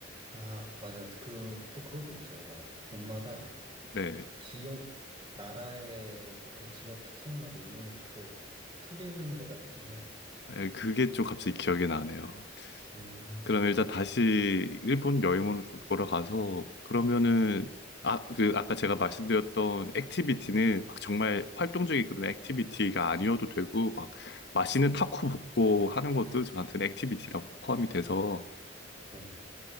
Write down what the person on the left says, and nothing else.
네.
예, 그게 좀 갑자기 기억이 나네요.
그럼 일단 다시 일본 여행으로 좀 돌아가서 그러면은 아, 그 아까 제가 말씀드렸던 액티비티는 막 정말 활동적인 그런 액티비티가 아니어도 되고 막 맛있는 타코 먹고 하는 것도 저한테는 액티비티라고 포함이 돼서